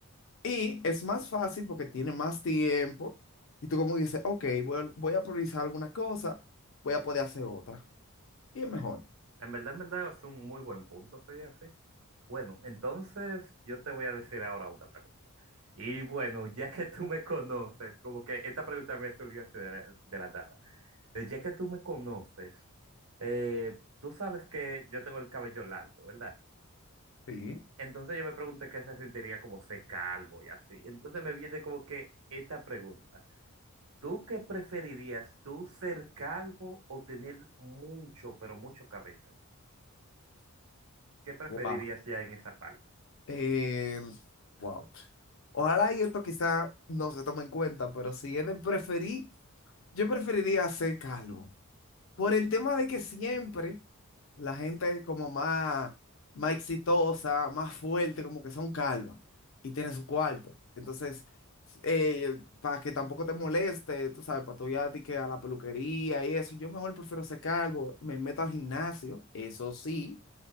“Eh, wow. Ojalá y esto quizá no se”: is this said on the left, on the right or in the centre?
Left